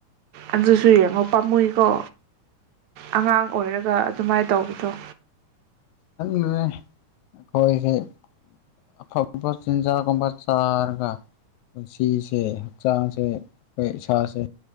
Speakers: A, on the right; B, on the left.
A: ꯑꯗꯨꯁꯨ ꯌꯦꯡꯉꯣ ꯄꯥꯝꯃꯨꯏꯀꯣ ꯑꯉꯥꯡ ꯑꯣꯏꯔꯒ ꯑꯗꯨꯃꯥꯏꯅ ꯇꯧꯕꯗꯣ
B: ꯑꯩꯈꯣꯏꯁꯦ ꯑꯐꯕ ꯆꯤꯟꯖꯥꯒꯨꯝꯕ ꯆꯥꯔꯒ ꯄꯨꯟꯁꯤꯁꯦ ꯍꯛꯆꯥꯡꯁꯦ ꯑꯩꯈꯣꯏ ꯏꯁꯥꯁꯦ